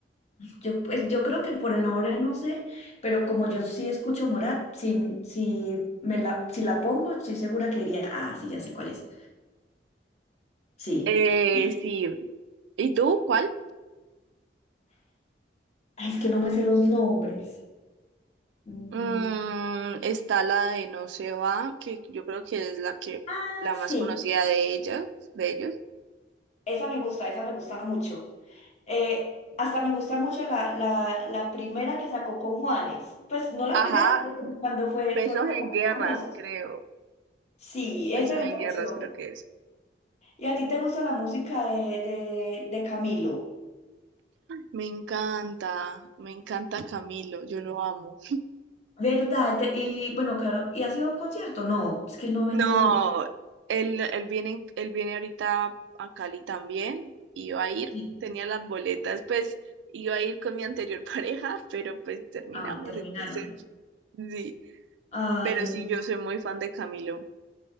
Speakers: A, on the left; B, on the right.
A: Yo, pues, yo creo que por el nombre no sé, pero como yo sí escucho Morat, si, si, me la, si la pongo, estoy segura que diría, ah, sí, ya sé cuál es. Sí.
B: Eh,
A: Y,
B: sí. ¿Y tú cuál?
A: ay, es que no me sé los nombres. Mm,
B: Mm, está la de No se va, que yo creo que es la que
A: Ah,
B: la más
A: sí.
B: conocida de ellas, de ellos.
A: Esa me gusta, esa me gusta mucho. Eh, hasta me gusta mucho la, la, la primera que sacó con Juanes. Pues no la
B: Ajá,
A: primera, pero como cuando fue,
B: Besos
A: fueron como
B: en
A: más
B: Guerras,
A: famosos.
B: creo.
A: Sí,
B: Besos
A: ese me
B: en
A: pareció.
B: Guerras, creo que es.
A: ¿Y a ti te gusta la música de, de, de Camilo?
B: Me encanta, me encanta Camilo, yo lo amo.
A: ¿Verdad? Te- Y bueno, claro, ¿y ha sido un concierto? No, es que no he
B: No,
A: venido mucho.
B: él, él viene, él viene ahorita a Cali también, iba a ir,
A: Sí.
B: tenía las boletas, pues iba a ir con mi anterior <laughs> pareja, pero pues terminamos,
A: Ay, terminaron.
B: entonces, sí,
A: Ay,
B: pero sí,
A: no.
B: yo soy muy fan de Camilo.